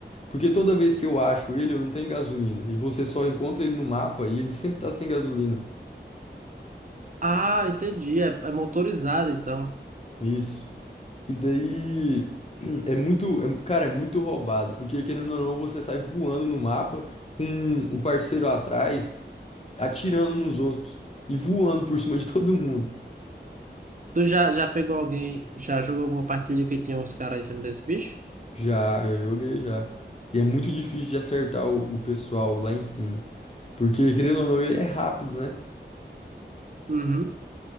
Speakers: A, on the left (about 35°); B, on the right (about 45°).
A: porque toda vez que eu acho ele, eu não tenho gasolina. E você só encontra ele no mapa e ele sempre tá sem gasolina.
B: Ah, entendi. É, é motorizado, então.
A: Isso. E daí <clears throat> é muito, é- cara, é muito roubado, porque querendo ou não, você sai voando no mapa com o parceiro atrás. atirando nos outros e voando por cima de <laughs> todo mundo.
B: Tu já, já pegou alguém, já jogou alguma partida que tinha uns caras em cima desse bicho?
A: Já, já joguei já. E é muito difícil de acertar o, o pessoal lá em cima. Porque, querendo ou não, ele é rápido, né?
B: Uhum.